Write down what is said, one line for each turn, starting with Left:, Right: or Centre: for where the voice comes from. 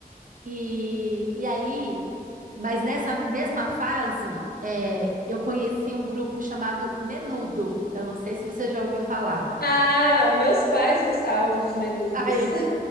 Right: e, e aí. Mas nessa mesma fase, é, eu conheci um grupo chamado Menudo. Eu não sei se você já ouviu falar.
Left: Ah, os meus pais gostavam dos menudos.
Right: <laughs> Aí,